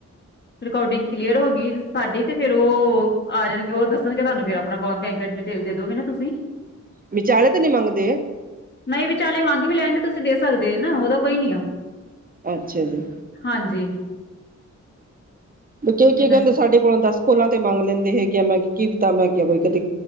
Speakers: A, on the left (about 35°); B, on the right (about 30°).
A: ਰਿਕਾਰਡਿੰਗ ਕਲੀਅਰ ਹੋ ਗਈ। ਸਾਡੀ ਤੇ ਫੇਰ ਉਹ, ਆ ਜਾਣਗੇ ਉਹ ਦੱਸਣਗੇ ਤੁਹਾਨੂੰ ਫਿਰ ਆਪਣਾ ਬੈਂਕ ਡਿਟੇਲ ਦੇ ਦੋਗੇ ਨਾ ਤੁਸੀਂ। <inaudible>
B: ਵਿਚਾਲੇ ਤਾਂ ਨਹੀਂ ਮੰਗਦੇ।
A: ਨਹੀਂ ਵਿਚਾਲੇ ਮੰਗ ਵੀ ਲੈਣਗੇ ਤੁਸੀਂ ਦੇ ਸਕਦੇ ਆ ਨਾ ਉਹਦਾ ਕੋਈ ਨੀ ਆ।
B: ਅੱਛਾ ਜੀ।
A: ਹਾਂਜੀ।
B: ਬੱਚੇ ਕੀ
A: ਇਹਨਾਂ
B: ਕਹਿੰਦੇ
A: ਨੇ
B: ਸਾਡੇ ਕੋਲੋਂ ਦਸ ਪੁਲਾਂ ਤੇ ਮੰਗ ਲੈਂਦੇ ਹੈਗੇ ਆ ਮੈਂ ਕੀ ਕੀਤਾ ਮੈਂ ਕਿਹਾ ਕੋਈ ਕਦੇ